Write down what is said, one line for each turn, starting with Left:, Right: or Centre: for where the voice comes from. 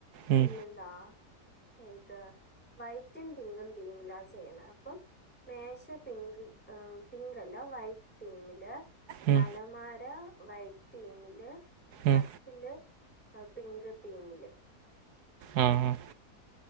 Right: ഉം
Centre: പിന്നെന്താ ഇത് വൈറ്റും പിങ്കും തീമിലാ ചെയ്യണ അപ്പം മേശ പിങ്ക് ഏ പിങ്ക് ലോ വൈറ്റ് തീമില്
Right: ഉം
Centre: അലമാര വൈ തീമില് കട്ടില്
Right: ഉം
Centre: പിങ്ക് തീമില്
Right: മ് മ്